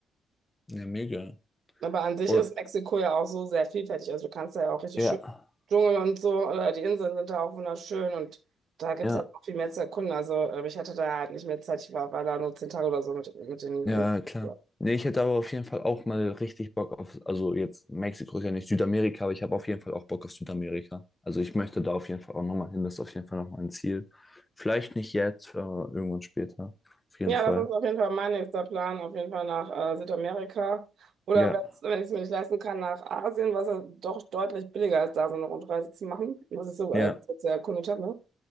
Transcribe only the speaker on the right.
Aber an sich
ist Mexiko ja auch so sehr vielfältig. Also du kannst da ja auch richtig
schön Dschungel und so, oder die Inseln sind da auch wunderschön und da gibt
es halt noch viel mehr zu erkunden. Also ähm, ich hatte da halt nicht mehr Zeit, ich war, war da nur zehn Tage oder so mit, mit den.
Ja,
Ja,
das ist auf jeden Fall mein nächster Plan, auf jeden Fall nach äh, Südamerika. Oder
wenn's- wenn ich es mir nicht leisten kann, nach Asien, was ja doch deutlich billiger ist, da so eine Rundreise zu machen, was ich so
äh, bis jetzt erkundet habe. Ne?